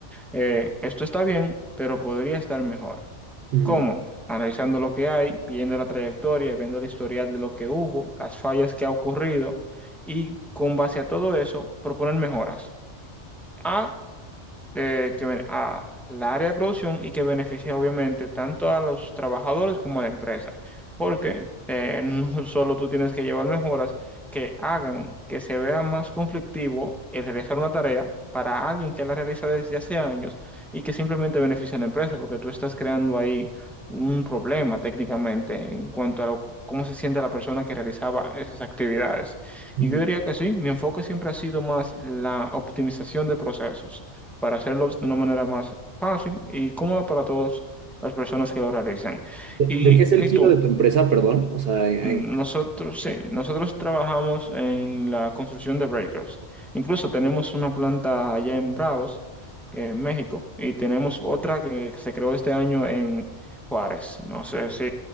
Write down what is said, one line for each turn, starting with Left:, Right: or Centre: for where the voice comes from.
Centre: eh, esto está bien, pero podría estar mejor.
Right: Ujú.
Centre: ¿Cómo? Analizando lo que hay, viendo la trayectoria, viendo el historial de lo que hubo, las fallas que ha ocurrido y con base a todo eso, proponer mejoras. A eh, que, ven- a la área de producción y que beneficia obviamente tanto a los trabajadores como a la empresa, porque eh, <laughs> no solo tú tienes que llevar mejoras que hagan que se vea más conflictivo el realizar una tarea para alguien que la realiza desde hace años y que simplemente beneficia a la empresa, porque tú estás creando ahí un problema técnicamente en cuanto a lo- cómo se siente la persona que realizaba esas actividades.
Right: Ujú.
Centre: Y yo diría que sí, mi enfoque siempre ha sido más la optimización de procesos para hacerlos de una manera más fácil y cómoda para todas las personas que lo realizan.
Right: ¿De,
Centre: Y,
Right: de qué es
Centre: y
Right: el giro
Centre: tú,
Right: de tu empresa, perdón? O sea, en- en-
Centre: mm, nosotros, sí, nosotros trabajamos en la construcción de breakers. Incluso tenemos una planta allá en Bravos, que en México, y tenemos otra que se creó este año en Juárez. No sé si